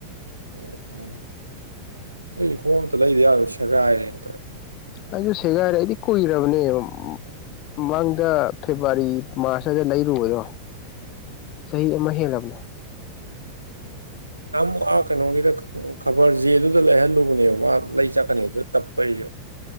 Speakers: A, on the right (about 80°); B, on the left (about 40°).
A: ꯑꯣ ꯑꯩꯁꯨ ꯈꯣꯡꯎꯞ ꯑꯝꯇ ꯂꯩꯗ ꯌꯥꯔꯣꯏ ꯁꯦꯒꯥꯏꯔꯦꯅ ꯇꯧꯔꯤꯁꯦ
B: ꯑꯩꯁꯨ ꯁꯦꯒꯥꯏꯔꯦ ꯑꯩꯗꯤ ꯀꯨꯏꯔꯕꯅꯦꯕ ꯃꯥꯡꯗ ꯐꯦꯕꯋꯥꯔꯤ ꯃꯥꯔꯁꯇꯗ ꯂꯩꯔꯨꯕꯗꯣ ꯆꯍꯤ ꯑꯃ ꯍꯦꯜꯂꯕꯅꯣ
A: ꯅꯝ ꯍꯥ ꯀꯅꯣꯡꯗꯛ ꯈꯕꯔ ꯖꯦ ꯑꯗꯨꯗ ꯂꯩꯍꯜꯂꯨꯕꯅꯦꯕ ꯃꯥ ꯂꯩ ꯆꯥꯛꯀꯅꯤ ꯑꯗꯨꯗ ꯇꯞꯄꯩꯔ